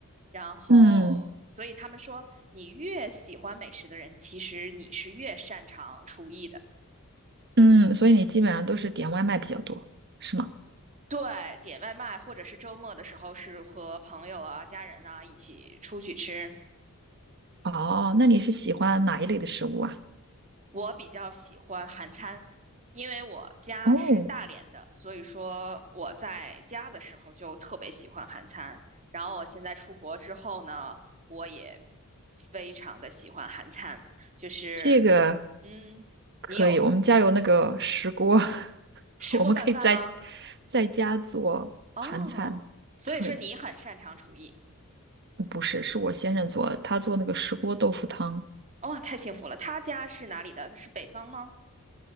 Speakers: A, on the right; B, on the right.
A: 然后，
B: 嗯
A: 所以他们说，你越喜欢美食的人，其实你是越擅长厨艺的。
B: 嗯，所以你基本上都是点外卖比较多，是吗？
A: 对，点外卖或者是周末的时候是和朋友啊、家人啊一起出去吃。
B: 哦，那你是喜欢哪一类的食物啊？
A: 我比较喜欢韩餐，因为我家是大连的，
B: 哦，
A: 所以说我在家的时候就特别喜欢韩餐。然后我现在出国之后呢，我也非常的喜欢韩餐，就是，
B: 这个
A: 嗯，
B: 可以，
A: 你有
B: 我们家有那个石锅，<laughs>
A: 石锅拌饭吗？
B: 我们可以在在家做韩餐。
A: 哦，所以说你很擅长厨艺，
B: 对，不是，是我先生做的他做那个石锅豆腐汤。
A: 哇、太幸福了。他家是哪里的？是北方吗？